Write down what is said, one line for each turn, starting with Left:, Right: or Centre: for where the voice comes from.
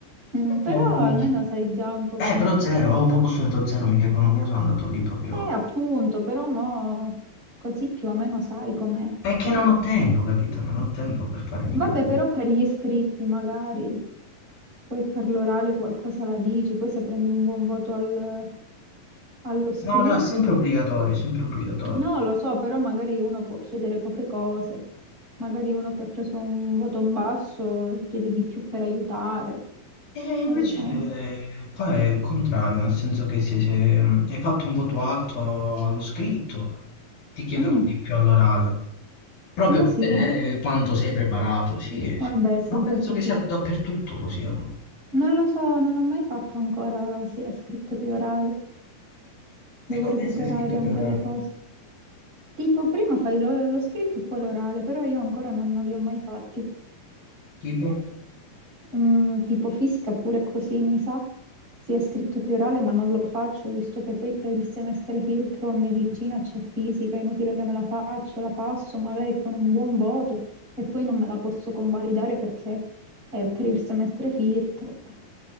Right: Mm, però
Left: Oh,
Right: almeno sai già un po' com'è.
Left: eh, però zero, avevo proprio studiato zero microeconomia, sono andato lì proprio...
Right: Eh, appunto, però mo così più o meno sai com'è.
Left: È che non ho tempo, capito? Non ho tempo per fare i microfilm.
Right: Vabbè, però per gli iscritti magari, poi per l'orale qualcosa la dici, poi se prendi un buon voto al- allo scritto,
Left: No, no, è sempre obbligatorio, è sempre obbligatorio.
Right: no, lo so, però magari uno può chiedere poche cose, magari uno che ha preso un voto basso chiede di più per aiutare,
Left: E invece
Right: ad esempio.
Left: eh, qua è il contrario, nel senso che se, se, mh, hai fatto un voto alto allo scritto, ti chiedono
Right: Mm,
Left: di più all'orale, proprio
Right: ma
Left: per
Right: sì,
Left: vedere quanto sei preparato. Sì,
Right: vabbè,
Left: sì.
Right: sì,
Left: Ma penso
Right: questo
Left: che
Right: sì.
Left: sia dappertutto così ormai.
Right: Non lo so, non ho mai fatto ancora sia scritto che orale, devo
Left: E cos'è
Right: recuperare
Left: sia scritto che
Right: un
Left: orale?
Right: po' di cose. Tipo, prima fai lo, lo scritto e poi l'orale, però io ancora non, non li ho mai fatti.
Left: Tipo?
Right: Mm, tipo fisica pure così, mi sa, sia scritto che orale, ma non lo faccio, visto che poi per il semestre filtro a medicina c'è fisica, è inutile che me la faccio, la passo magari con un buon voto e poi non me la posso convalidare perché è per il semestre filtro. <laughs>